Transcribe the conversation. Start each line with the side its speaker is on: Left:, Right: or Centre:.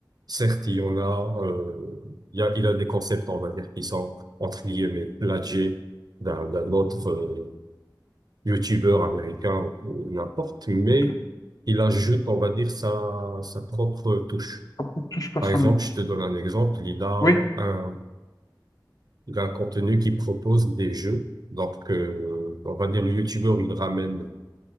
Right: Certes, il y en a, euh, il y a, il a des concepts, on va dire, qui sont entre guillemets plagiés d'un d'un autre. euh, youtubeur américain ou, ou n'importe, mais
Left: ok.
Right: il ajoute, on va dire, sa, sa propre touche.
Left: Après, touche personne.
Right: Par exemple, je te donne un exemple, il a
Left: Oui,
Right: un, il a un contenu qui propose des jeux. Donc, euh, on va dire, le youtubeur, il ramène